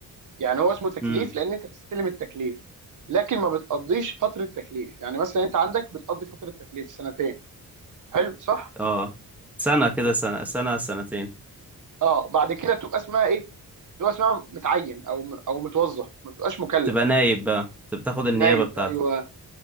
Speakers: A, on the right; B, in the centre.
A: يعني هو اسمه تكليف
B: امم
A: لان انت بتستلم التكليف لكن ما بتقضيش فترة تكليف يعني مثلا انت عندك بتقضي فترة تكليف سنتين حلو صح
B: اه سنة كده
A: و-
B: سنة سنة سنتين
A: اه بعد كده تبقى اسمها ايه في هو اسمها متعين او او متوظف ما بتبقاش مكلف
B: تبقى نايب بقى تبقى تاخد النيابة
A: نايب
B: بتاعتك
A: ايوه